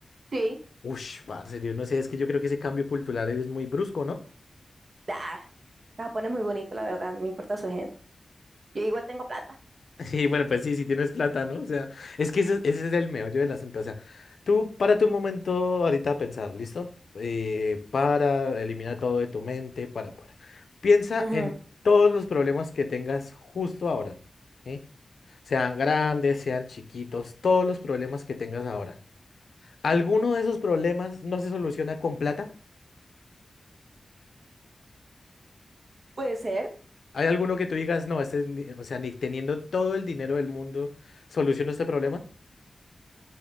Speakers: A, on the right (about 65°); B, on the left (about 75°).
A: sí.
B: Ush, parce, Dios, no sé, es que yo creo que ese cambio cultural es muy brusco, ¿no? <laughs>
A: Ah, Japón es muy bonito, la verdad, no me importa su gente. Yo igual tengo plata.
B: Sí, bueno, pues sí, si tienes plata, ¿no? O sea, es que ese, ese es el meollo del asunto. O sea, tú párate un momento ahorita a pensar, ¿listo? Eh, para, elimina todo de tu mente, para, para. Piensa
A: Ujú.
B: en todos los problemas que tengas justo ahora, ¿sí? Sean grandes, sean chiquitos, todos los problemas que tengas ahora. ¿Alguno de esos problemas no se soluciona con plata?
A: Puede ser,
B: ¿Hay alguno que tú digas, no, este, es ni- o sea, ni teniendo todo el dinero del mundo, soluciono este problema?